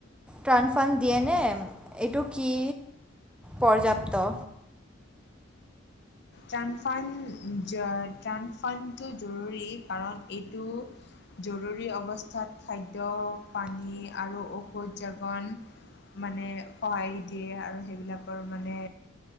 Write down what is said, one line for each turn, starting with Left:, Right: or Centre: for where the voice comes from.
Centre: ট্ৰাণফাণ্ড দিয়েনে, এইটো কি? পৰ্যাপ্ত
Left: ট্ৰাণফ্ৰেণ্ড, ট্ৰাণফাণ্ডটো জৰুৰী কাৰণ এইটো জৰুৰী অৱস্থাত খাদ্য, পানী আৰু ঔষধ জাপন মানে সহায় দিয়ে আৰু সেইবিলাকৰ মানে